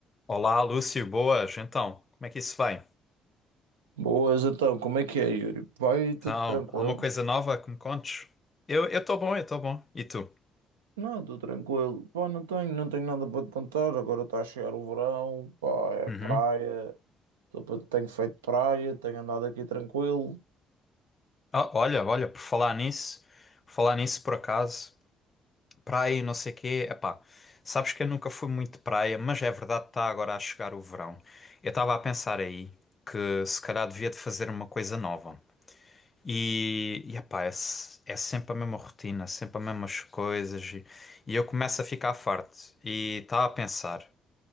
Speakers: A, on the left; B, on the right.
A: Olá, Lúcio, boas. Então, como é que isso vai?
B: Boas, então, como é que é, Yuri? Vai tudo
A: Então,
B: tranquilo?
A: alguma coisa nova que me contes? Eu eu estou bom, eu estou bom. E tu?
B: Não, tudo tranquilo. Pá, não tenho, não tenho nada para te contar. Agora está a chegar o verão, pá, é
A: Uhum.
B: praia. Tô pa- Tenho feito praia, tenho andado aqui tranquilo.
A: Ah, olha, olha, por falar nisso, por falar nisso por acaso, praia e não sei quê, epá, sabes que eu nunca fui muito de praia, mas é verdade que está agora a chegar o verão. Eu estava a pensar aí que se calhar devia de fazer uma coisa nova. E, e epá, é, se- é sempre a mesma rotina, sempre as mesmas coisas e, e eu começo a ficar farto e estava a pensar.